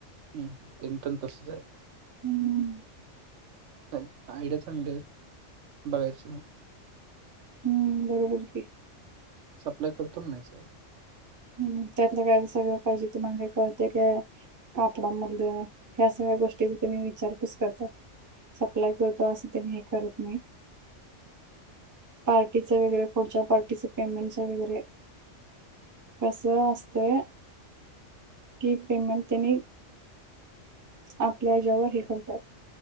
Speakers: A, on the right; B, on the right.
A: हम्, तेन पण तसच हायत.
B: हम्म.
A: नाही आयडिया चांगलीय, बघायच म.
B: हम्म बरोबर की.
A: सप्लाय करतो म्हणायचं.
B: हम्म त्यातलं काही सगळं पाहिजे तुम्हाला कळतय काय? कापडामधलं ह्या सगळ्या गोष्टी त्यांनी विचारपूस करतात. सप्लाय करतो असं त्यांनी हे करत नाहीत. पार्टीचं वगैरे पुढच्या पार्टीचं पेमेंटच वगैरे कस असतंय की पेमेंट त्यांनी आपल्या हेज्या वर हे करतात.